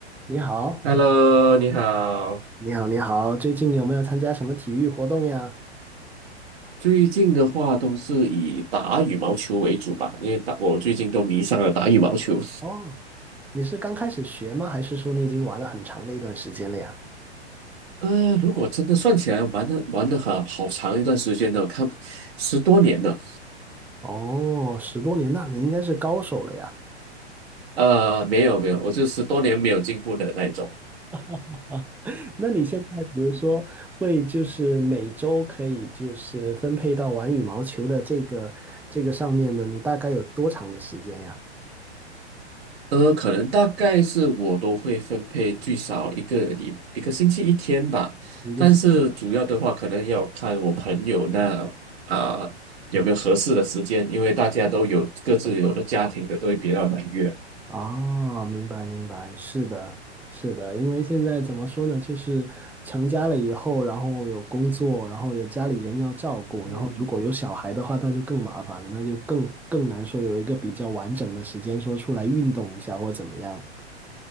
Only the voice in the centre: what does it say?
你好，
你好，你好，最近有没有参加什么体育活动呀？
哦，你是刚开始学吗？还是说你已经玩了很长的一段时间了呀？
哦，十多年，那你应该是高手了呀。
<laughs> 那你现在比如说会就是每周可以就是分配到玩羽毛球的这个这个上面呢，你大概有多长的时间呀？
一是。
哦，明白明白，是的，是的，因为现在怎么说呢，就是成家了以后，然后有工作，然后有家里人要照顾，
然后如果有小孩的话，那就更麻烦了，那就更更难说有一个比较完整的时间说出来运动一下或怎么样。